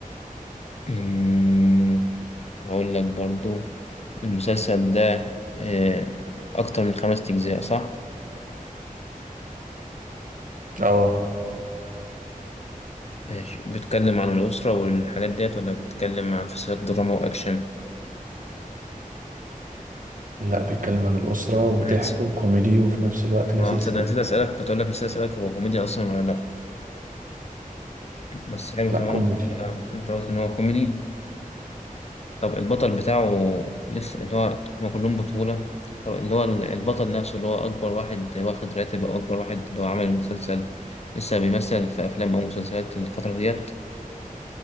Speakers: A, on the left; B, on the right.
A: مم، هقول لك برضو المسلسل ده آه، أكتر من خمس أجزاء صح؟
B: اه
A: ماشي بيتكلم عن الأسرة والحاجات ديت ولا بيتكلم عن في سياق دراما وأكشن؟
B: لا بيتكلم عن الأسرة وضحك
A: أنا نسيت
B: وكوميدي وفي نفس الوقت لذيذ
A: ما هو تصدق
B: كده
A: نسيت أسألك كنت أقول لك نسيت أسألك هو كوميدي أصلا ولا لأ؟ بس حلو
B: لا
A: تمام
B: كوميدي
A: أنت قلت إن هو كوميدي طب البطل بتاعه لسه اللي هو هما كلهم بطولة طب اللي هو البطل نفسه اللي هو أكبر واحد واخد راتب أو أكبر واحد اللي هو عمل المسلسل لسه بيمثل في أفلام أو مسلسلات الفترة ديت